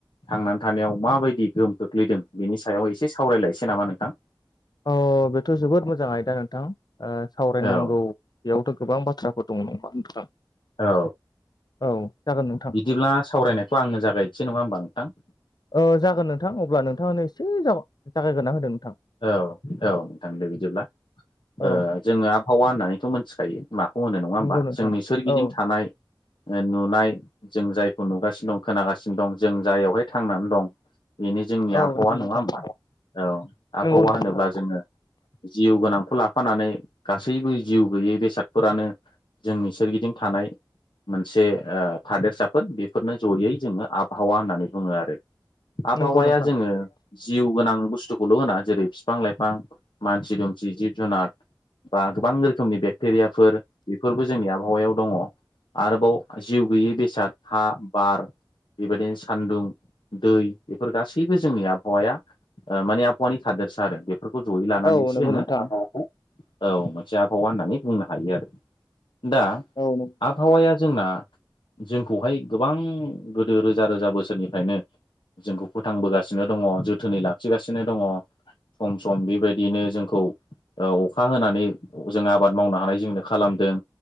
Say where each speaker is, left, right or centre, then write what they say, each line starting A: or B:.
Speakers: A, on the left; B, on the left.
A: थांनानै थानायाव माबायदि गोहोम खोख्लैदों, बेनि सायाव एसे सावरायलायसै नामा नोंथां?
B: अ बेथ' जोबोद मोजां आयदा नोंथां, ओ सावरायनांगौ
A: औ
B: बेयावथ' गोबां बाथ्राफोर दङ' नङा नोंथां।
A: औ।
B: औ जागोन नोंथां।
A: बिदिब्ला सावरायनायखौ आंनो जागायनोसै, नङा होमबा नोंथां?
B: ओ जागोन नोंथां। अब्ला नोंथाङानो एसे जाग-जागायगोरना होदो। नोंथां
A: औ-औ नोंथां दो बिदिब्ला।
B: औ
A: ओ जोङो आबहावा होननानैथ' मोनथिखायो माखौ होनो नङा
B: नंगौ
A: होमबा।
B: नोंथां
A: जोंनि सोरगिदिं
B: औ
A: थानाय नुनाय जों जायखौ नुगासिनो दं खोनागासिनो दं जों जाययावहाय थांनानै दं बेनो जोंनि
B: औ
A: आबहावा
B: नंगौ
A: नङा
B: नोंथां
A: होमबा? औ आबहावा
B: नंगौ नोंथां
A: होनोब्ला जों जिउ गोनांखौ लाफानानै गासैबो जिउ गैयै बेसादफोरानो जोंनि सोरगिदिं थानाय मोनसे ओ थादेरसाफोर बेफोरनो जयै जोङो आबहावा होननानै बुङो आरो। आबहावाया
B: नंगौ नोंथां
A: जोङो जिउ गोनां बुसथु बुस्थुखौल' होना जेरै फिफां लाइफां, मानसि दुमसि, जिब जुनार बा गोबां रोखोमनि बेक्टेरियाफोर बेफोरबो जोंनि आबहावायाव दङ'। आरोबाव जिउ गैयि बेसाद हा, बार बेबायदिनो सान्दुं दै बेफोर गासैबो जोंनि आबहावाया ओ माने आबहावानि थादोरसा आरो। बेफोरखौ ज'यै लानानैसो
B: औ नंगौ
A: जोङो
B: नोंथां
A: आबहावाखौ औ, मोनसे आबहावा होननानै बुंनो हायो आरो। दा
B: औ न
A: आबहावाया जोंना जोंखौहाय गोबां गोदो रोजा रोजा बोसोरनिफ्रायनो जोंखौ फोथांबोगासिनो दङ', जोथोनै लाखिगासिनो दङ'। सम सम बेबायदियैनो जोंखौ ओ अखा होनानै जों आबाद मावनो हानाय जोंनो खालामदों।